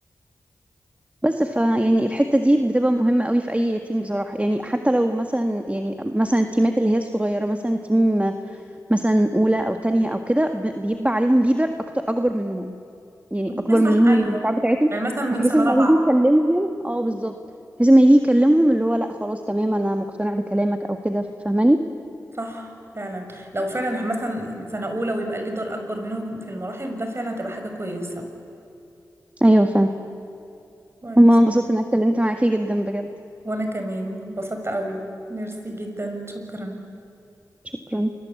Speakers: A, on the right; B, on the right.
A: بس فيعني الحتة دي بتبقى مهمة قوي في أي تيم بصراحة يعني حتى لو مثلا يعني مثلا التيمات اللي هي الصغيرة مثلا تيم مثلا أولى أو تانية أو كده ب- بيبقى عليهم ليدر أكتر أكبر منهم يعني
B: ممكن
A: أكبر
B: صح
A: منهم
B: ايوه
A: من الدفعة بتاعتهم
B: يعني مثلا من
A: بحيث
B: سنه
A: لما
B: رابعه
A: يجي يكلمهم اه بالظبط بحيث لما يجي يكلمهم اللي هو لا خلاص تمام أنا مقتنع بكلامك أو كده فاهماني؟
B: صح فعلا لو فعلا مثلا سنه اولى ويبقى الليدر اكبر منهم في المراحل ده فعلا تبقى حاجه كويسه
A: أيوه فاهم
B: كويس
A: هما انبسطت إن أنا اتكلمت معاكي جدا بجد
B: وانا كمان اتبسطت قوي ميرسي جدا شكرا
A: شكرا